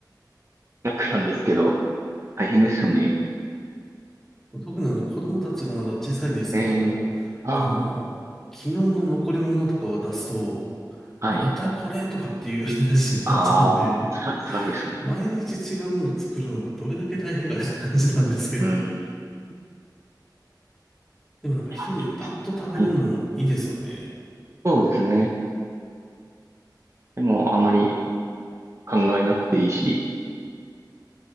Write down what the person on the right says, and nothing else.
<laughs> 楽なんですけど、大変ですよね。
えー、あー、
はい。
ああ、辛い、辛いですね。
うん。い
や、辛いですね。はい。そうですね。でも、あまり考えなくていいし、